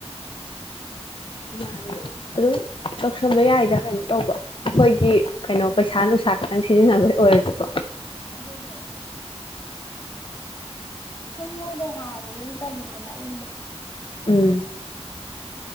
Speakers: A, on the left; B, on the left.
A: ꯌꯥꯏꯌꯦ ꯑꯗꯨꯝ ꯇꯧꯁꯟꯕ ꯌꯥꯏꯗ ꯀꯩꯅꯣ ꯇꯧꯕ ꯑꯩꯈꯣꯏꯒꯤ ꯀꯩꯅꯣ ꯄꯩꯁꯥ ꯅꯨꯡꯁꯥ ꯈꯇꯪ ꯁꯤꯖꯤꯟꯅꯕꯩ ꯑꯣꯏꯔꯁꯨꯀꯣ
B: ꯑꯗꯨꯅꯦ ꯁꯨꯝ ꯃꯣꯏꯗꯩ ꯍꯥꯕꯗꯣ ꯇꯜꯂꯤꯗꯅ ꯑꯌꯨꯝꯗ <inaudible>
A: ꯎꯝ